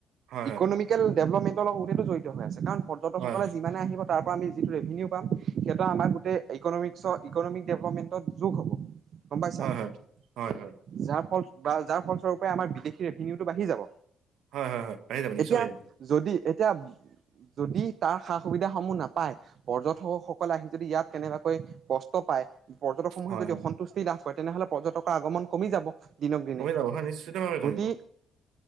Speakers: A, on the right; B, on the right.
A: হয়, হয়,
B: ইকনমিকেল ডেভেলপমেণ্টৰ লগতোতেো জড়িত হৈ আছে কাৰণ, পৰ্যটকসকলে
A: হয়।
B: যিমানে আহিব তাৰ পৰাৰা আমি যিটো ৰেভিনউ পাম সিহঁত আমাকোই, ইকনমিক্ৰ ইকনমিক ডেভেলপমেণ্টত যোগ হ'ব। গম পাইছা
A: হয়, হয়। হয়, হয়।
B: যাৰ ফল বা যাৰ ফলস্বৰূপ, আমাৰ বিদেশ ৰেভিনউটো বাঢ়ি যাব।
A: হয়, হয়, হয়। আহি যাব নিশ্চয়
B: এতিয়া
A: আহিব।
B: যদি এতিয়া যদি, তাৰ সা সুবিধা সমূহ নাপায় পৰ্যটকস কেনেবাকৈ কষ্ট পায় পৰ্যটক সমূহে
A: হয়,
B: যদি
A: হয়।
B: অসন্তুষ্টি লাভ তেনেহলে পৰ্যটকৰ আগমন কমি যাব দিনক দিনে
A: কমি যাব হয় নিশ্চিতভাৱে কমিব।
B: যদি,